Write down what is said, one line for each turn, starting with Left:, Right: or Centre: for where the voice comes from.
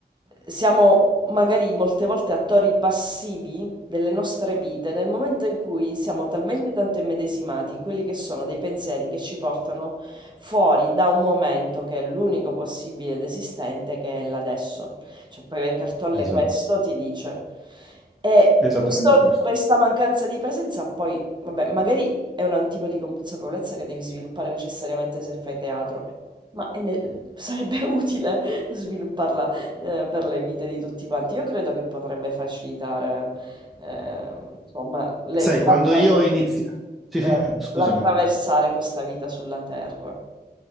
Right: siamo magari molte volte attori passivi delle nostre vite nel momento in cui siamo talmente tanto immedesimati in quelli che sono dei pensieri che ci portano fuori da un momento che è l'unico possibile ed esistente, che è l'adesso. Cioè, poi le Cartolle
Centre: esatto,
Right: questo ti dice. E
Centre: esattamente
Right: questo-
Centre: questo.
Right: questa mancanza di presenza poi, vabbè, magari è un tipo di consapevolezza che devi sviluppare necessariamente se fai teatro, ma è ne- sarebbe <laughs> utile svilupparla eh, per le vite di tutti quanti. Io credo che potrebbe facilitare, eh, insomma, le-
Centre: Sai, quando
Right: la tra-
Centre: io ho iniziato... Sì,
Right: eh,
Centre: sì, scusami.
Right: l'attraversare questa vita sulla Terra.